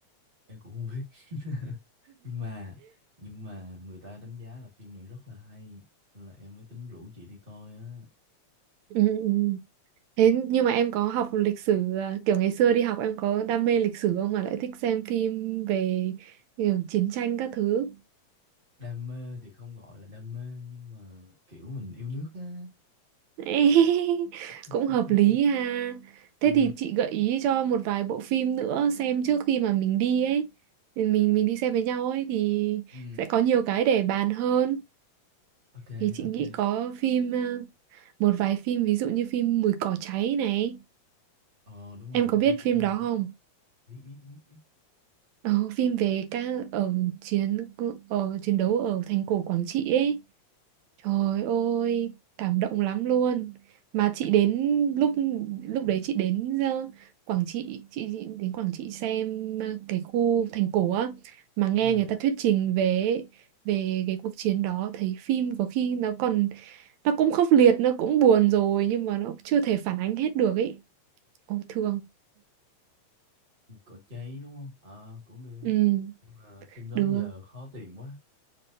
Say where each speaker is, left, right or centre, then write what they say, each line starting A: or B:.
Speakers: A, on the right; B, on the right.
A: em cũng không biết. <laughs> Nhưng mà nhưng mà người ta đánh giá là phim này rất là hay. Nên là em mới tính rủ chị đi coi á.
B: Ừ, ừ. Thế nhưng mà em có học lịch sử à, kiểu ngày xưa đi học em có đam mê lịch sử không mà lại thích xem phim về kiểu chiến tranh các thứ?
A: Đam mê thì không gọi là đam mê nhưng mà kiểu mình yêu nước á.
B: <laughs>
A: <laughs>
B: cũng hợp lý ha thế
A: Ừ,
B: thì chị gợi ý cho một vài bộ phim nữa xem trước khi mà mình đi ấy Thì mình mình đi xem với nhau ấy thì
A: ừ,
B: sẽ có nhiều cái để bàn hơn
A: ok,
B: thì chị
A: ok.
B: nghĩ có phim ờ, một vài phim ví dụ như phim Mùi cỏ cháy này
A: Ờ đúng
B: em
A: rồi,
B: có
A: phim
B: biết
A: nó cũng
B: phim
A: hay.
B: đó không
A: Biết, biết, biết, biết.
B: ờ, phim về các ở chiến ở chiến đấu ở thành cổ Quảng Trị ấy Trời ơi, cảm động lắm luôn. Mà chị đến lúc lúc đấy chị đến ờ, Quảng Trị, chị, chị đến Quảng Trị xem ờ, cái khu thành cổ á mà nghe
A: Ừ.
B: người ta thuyết trình về về cái cuộc chiến đó thấy phim có khi nó còn nó cũng khốc liệt, nó cũng buồn rồi nhưng mà nó chưa thể phản ánh hết được ấy. Ôi thương.
A: Được cỏ cháy đúng không ờ cũng được
B: Ừ,
A: nhưng mà phim đó
B: được.
A: giờ khó tìm quá